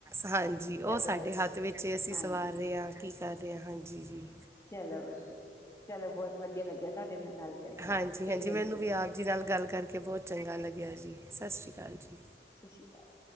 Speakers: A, on the right (about 15°); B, on the left (about 15°).
A: ਹਾਂਜੀ, ਉਹ
B: ਚਲੋ
A: ਸਾਡੇ ਹੱਥ ਵਿੱਚ ਹੈ, ਅਸੀਂ
B: ਹਾਂਜੀ
A: ਸਵਾਰ ਰਹੇ ਹਾਂ, ਕੀ ਕਰ ਰਹੇ ਹਾਂ, ਹਾਂਜੀ ਜੀ।
B: ਚਲੋ, ਚਲੋ ਬਹੁਤ ਵਧੀਆ ਲੱਗਿਆ, ਤੁਹਾਡੇ ਨਾਲ ਗੱਲ ਕਰਕੇ।
A: ਹਾਂਜੀ
B: ਫਿਰ
A: ਹਾਂਜੀ
B: ਮਿਲਦੇ
A: ਮੈਨੂੰ ਵੀ
B: ਆਂ।
A: ਆਪ ਜੀ ਗੱਲ -ਗੱਲ ਕਰਕੇ, ਬਹੁਤ ਚੰਗਾ ਲੱਗਿਆ ਜੀ, ਸਤਿ ਸ਼੍ਰੀ ਅਕਾਲ ਜੀ।
B: ਸਤਿ ਸ਼੍ਰੀ ਅਕਾਲ।